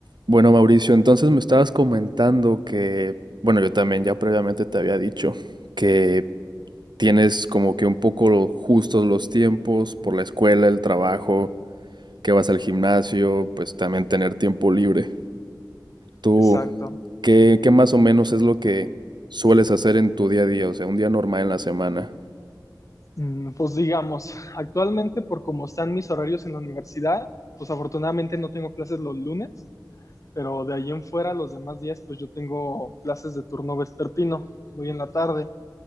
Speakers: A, on the right (about 75°); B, on the left (about 45°).
A: Bueno, Mauricio, entonces me estabas comentando que, bueno, yo también ya previamente te había dicho que tienes como que un poco lo- justos los tiempos por la escuela, el trabajo, que vas al gimnasio, pues también tener tiempo libre. ¿Tú
B: Exacto.
A: qué, qué más o menos es lo que sueles hacer en tu día a día? O sea, un día normal en la semana. <clears throat>
B: Mm, Pues digamos, actualmente por cómo están mis horarios en la universidad, pues afortunadamente no tengo clases los lunes, pero de ahí en fuera los demás días pues yo tengo clases de turno vespertino, voy en la tarde